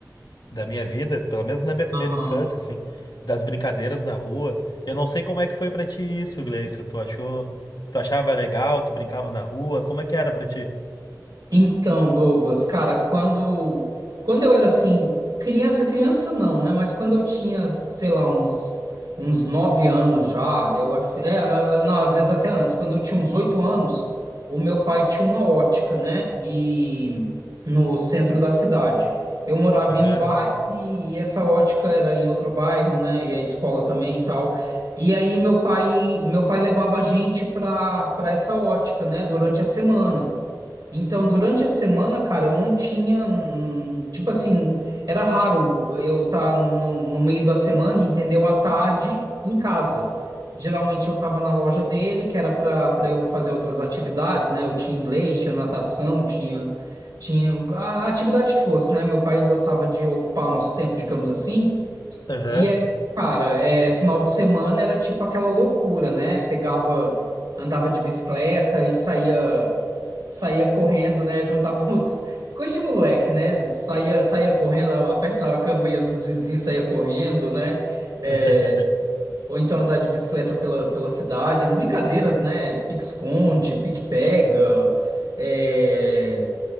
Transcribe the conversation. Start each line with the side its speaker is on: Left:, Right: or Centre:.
Left: da minha vida, pelo menos na minha primeira
Right: Aham.
Left: infância, assim, das brincadeiras na rua. Eu não sei como é que foi pra ti isso, Gleice. Tu achou, tu achava legal, tu brincava na rua, como é que era pra ti?
Right: Então, Douglas, cara, quando quando eu era assim, criança, criança não, né? Mas quando eu tinha, sei lá, uns uns nove anos já, eu ach- é, ah, não, às vezes até antes, quando eu tinha uns oito anos, o meu pai tinha uma ótica, né? E no centro da cidade. Eu morava
Left: Aham,
Right: em um bairro e, e essa ótica era em outro bairro, né? E a escola também e tal. E aí meu pai, meu pai levava a gente para para essa ótica, né? Durante a semana. Então, durante a semana, cara, eu não tinha. hum, Tipo assim, era raro eu estar no, no meio da semana, entendeu? À tarde em casa. Geralmente eu estava na loja dele, que era para para eu fazer outras atividades, né? Eu tinha inglês, tinha natação, tinha, tinha a a atividade que fosse, né? Meu pai gostava de ocupar nosso tempo, digamos assim.
Left: aham.
Right: E aí, cara, é, final de semana era tipo aquela loucura, né? Pegava, andava de bicicleta e saía, saía correndo, né? <laughs> Juntava os. Coisa de moleque, né? Saía, saía correndo, a- apertava a campanha dos vizinhos, saía correndo, né? É,
Left: <laughs>
Right: ou então andar de bicicleta pela, pela cidade. As brincadeiras, né? Pique-esconde, pique-pega. é,